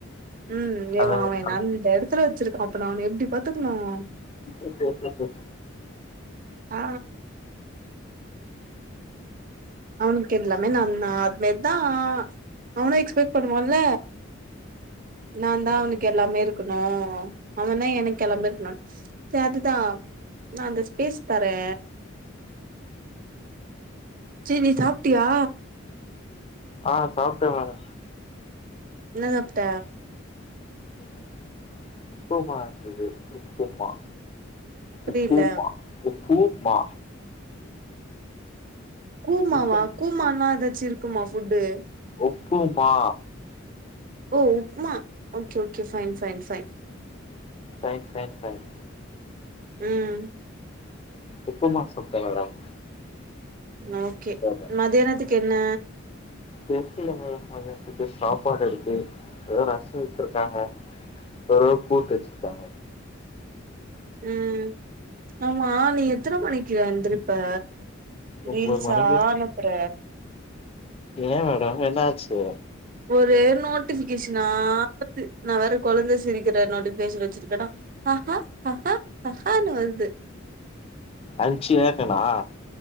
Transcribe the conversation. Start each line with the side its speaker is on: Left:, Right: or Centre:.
Right: உம் மாவென்
Left: அத
Right: அவன்
Left: அந்
Right: அந்த எடத்துல வச்சிருக்கான் அப்ப நா அவன எப்டி பாத்துக்கணும்
Left: ஓகே ஓகே
Right: ஆ அவனுக்கு எல்லாமே நான் தா அதுமாரி தான் அவனு எக்ஸ்பெக்ட் பண்ணுவான்ல நா தான்
Left: ம்
Right: அவனுக்கு எல்லாமே இருக்கணும் அவன் தான் எனக்கு எல்லாமே இருக்கணுன் சரிதா நா அந்த ஸ்பேஸ் தரே செரி நீ சாப்ட்டியா
Left: ஆ சாப்ட்டே மேடொ
Right: என்ன சப்ட்ட
Left: ம் உப்புமா இருந்தது உப்புமா
Right: புரியல
Left: உப்புமா உப்புமா
Right: கூமாவா
Left: உப்புமா
Right: கூமான்லா ஏதாச்சு இருக்குமா ஃபுட்டு
Left: உப்புமா
Right: ஓ upma okay okay fine fine fine
Left: fine fine fine
Right: ம்
Left: உப்புமா சாப்டே மேடம்
Right: ஓகே
Left: சாப்ட்டே.
Right: மதியானத்துக்கு என்ன
Left: கேக்குல மேடம் மதியானதுக்கு சாப்பாடு இருக்கு எதா ரசோ வெச்சுருக்காங்க எதோ கூட்டு வெச்சுருக்காங்க
Right: ம் ஆமா நீ எத்தன மணிக்குயா எந்திரிப்ப
Left: ஒம்போது
Right: ரீல்சா
Left: மணிக்கு
Right: அனுப்புற
Left: எ மேடம் என்ன ஆச்சு
Right: ஒரே நோட்டிஃபிகேஷனா வர்து நா வேற குழந்த சிரிக்கிற நோட்டிஃபிகேஷன் வெச்சுருக்கனா அ அஹ அஹனு வருது
Left: அரிச்சுனே இருக்கனா